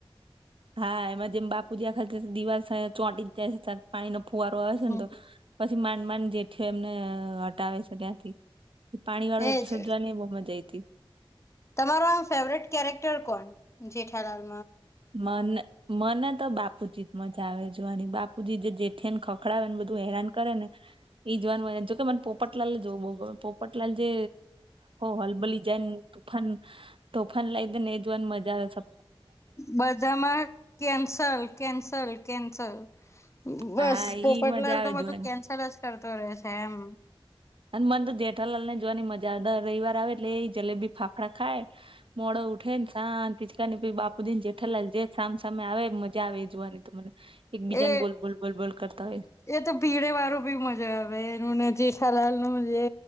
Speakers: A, on the right (about 65°); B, on the left (about 30°).
A: હા એમાં જેમ બાપુજી આખા દિવાલ ચોંટી જ જાય છે પાણીનો ફુવારો આવે છે
B: હમ
A: ને તો પછી માંડ માંડ જેઠી એમને હટાવે છે ત્યાંથી એ પાણી વાળો
B: એજ
A: એપિસોડ જોવાનીને બઉ મજા આઈતી
B: તમારો આમ ફેવરેટ કેરેક્ટર કોણ જેઠાલાલ
A: મને મને તો બાપુજી જ મજા આવે જોવાની બાપુજી જે જેઠયાને ખ પકડાવે ને બધું હેરાન કરે ને ઈ જોવાનું જોકે મને પોપટલાલ જોવો બહુ ગમે પોપટલાલ જે હલબલી જાયને તોફાન તોફાન લાઈ દે ન એ જોવાની મજા આવે છે.
B: બધામાં કેન્સલ કેન્સલ કેન્સલ. બસ
A: હા
B: પોપટલાલ
A: ઈ મજા આવે
B: તો બધું
A: જોવાની
B: કેન્સલ જ કરતો રહેે છે એમ.
A: અને મન તો જેઠાલાલ ને જોવાની મજા આવે, દર રવિવાર આવે એટલે એ જલેબી ફાફડા ખાય. મોડ ઉઠે ન શાંત <unintelligible> બાપુજી ન જેઠાલાલ જે સામ સામે આવે ન મજા આવે એ જોવાની તો મને એકબીજા
B: એ
A: ને બોલ બોલ બોલ બોલ કરતા હોય.
B: એ તો ભીડેવાળું બી મજા આવે એનું ને જેઠાલાલનું જે